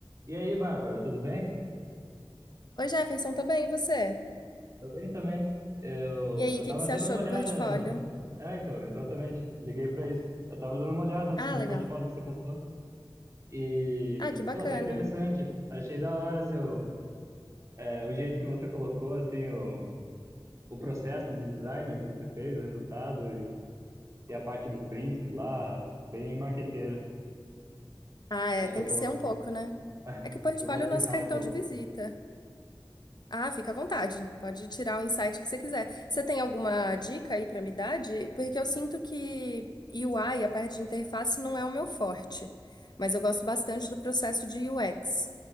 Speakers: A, on the right; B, on the left.
A: E aí, Bárbara, tudo bem?
B: Oi, Jefferson, tô bem, e você?
A: Tudo bem também. Eu,
B: E aí,
A: eu
B: o
A: tava
B: que que você
A: dando
B: achou
A: uma olhada
B: do portfólio?
A: no. É, então, exatamente. Liguei pra isso. Eu tava dando uma olhada no,
B: Ah,
A: no
B: legal.
A: portfólio que você passou. E,
B: Ah, que bacana.
A: pô, tá interessante. Achei da hora seu, é, o jeito que você colocou, assim, o, o processo de designer que você fez, o resultado e, e a parte dos prints lá, bem marqueteiro.
B: Ah, é,
A: Acho
B: tem
A: que eu
B: que
A: vou,
B: ser um pouco, né?
A: <laughs>
B: É que o portfólio
A: eu vou aplicar
B: é o nosso cartão
A: um pouco.
B: de visita. Ah, fica à vontade. Pode tirar o insight que você quiser. Você tem alguma dica aí pra me dar? de- Porque eu sinto que UI, a parte de interface, não é o meu forte. Mas eu gosto bastante do processo de UX.